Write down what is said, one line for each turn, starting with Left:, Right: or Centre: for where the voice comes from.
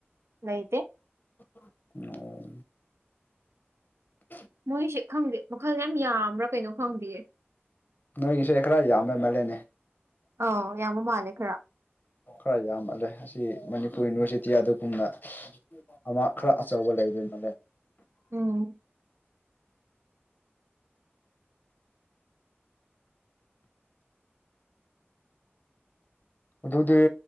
Right: ꯂꯩꯇꯦ
Left: ꯑꯣ <inaudible>
Right: ꯃꯣꯏꯁꯦ ꯈꯪꯗꯦ ꯃꯈꯜ ꯌꯥꯝ ꯌꯥꯝꯕ꯭ꯔꯥ ꯀꯩꯅꯣ ꯈꯪꯗꯦꯌꯦ
Left: ꯅꯣꯏꯒꯤ ꯏꯁꯩꯦ ꯈꯔ ꯌꯥꯝꯃꯦ ꯃꯥꯜꯂꯦꯅꯦ
Right: ꯑ ꯌꯥꯝꯕ ꯃꯥꯜꯂꯦ ꯈꯔ
Left: ꯈꯔ ꯌꯥꯝꯃꯜꯂꯦ ꯑꯁꯤ ꯃꯅꯤꯄꯨꯔ ꯌꯨꯅꯤꯚꯔꯁꯤꯇꯤ ꯑꯗꯨꯒꯨꯝꯅ ꯑꯃ ꯈꯔ ꯑꯆꯧꯕ ꯂꯩꯗꯣꯏ ꯃꯥꯜꯂꯦ
Right: ꯎꯝ
Left: ꯑꯗꯨꯗꯤ